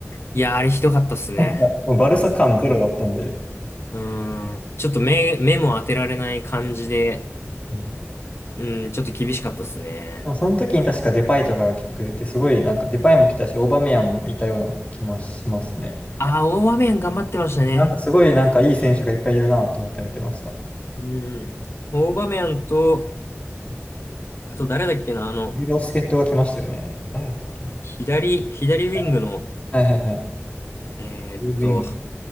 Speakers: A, on the left; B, on the left.
A: いや、あれひどかったっすね。
B: やもうバルサ感ゼロだったんで。
A: うん。ちょっと目、目も当てられない感じで、
B: うん
A: うん、ちょっと厳しかったですね。
B: でもその時に確かデパイとかが来てくれて、すごいなんかデパイも来たし、オーバメヤンもいたような気もしますね。
A: ああ、大場面頑張ってましたね。
B: なんかすごいなんかいい選手がいっぱいいるなと思って見てました。
A: うん。大場面と、あと誰だっけな、あの、
B: いろいろ助っ人が来ましたよね。誰だったっけな。
A: 左、左ウィングの、
B: はいはいはいはい。
A: えーっと、
B: ルビング、